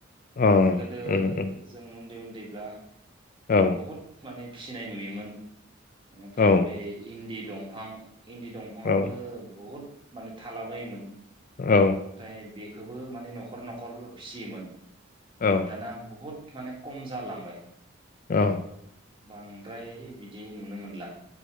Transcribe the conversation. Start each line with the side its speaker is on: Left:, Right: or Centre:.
Left: औ
Right: गोदो
Left: उम उम
Right: जों उन्दै उ न्दैब्ला
Left: औ
Right: बहुत माने फिनाय नुयोमोन। एनिफ्राय
Left: औ
Right: बे इन्दि दंफां इन्दि दंफाङाबो
Left: औ
Right: बहुद माने थालाबायोमोन‌।
Left: औ
Right: ओमफ्राय बे खौबो माने न'खर न'खर फिसियोमोन।
Left: औ
Right: दाना बहुत माने खम जालांबाय।
Left: औ
Right: बांद्राय बिदि जे नुनो मोनला।